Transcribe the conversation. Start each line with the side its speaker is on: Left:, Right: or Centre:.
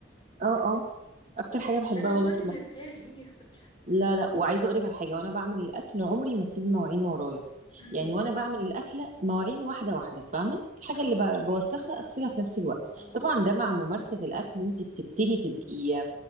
Right: اه اه اكتر حاجه بحبها
Left: ده انا
Right: والله
Left: واخواتي
Right: في المطبخ
Left: بنتخانق مين يغسل
Right: لا لا وعايزه اقول لك على حاجه وانا بعمل الاكل عمري ما اسيب مواعين ورايا
Left: <laughs>
Right: يعني وانا
Left: امم
Right: بعمل الاكله مواعين واحده واحده فاهمه الحاجه
Left: اه اه
Right: اللي ب- بوسخها اغسلها في نفس الوقت
Left: اه.
Right: طبعا ده مع ممارسه الاكل انت بتبتدي تبقي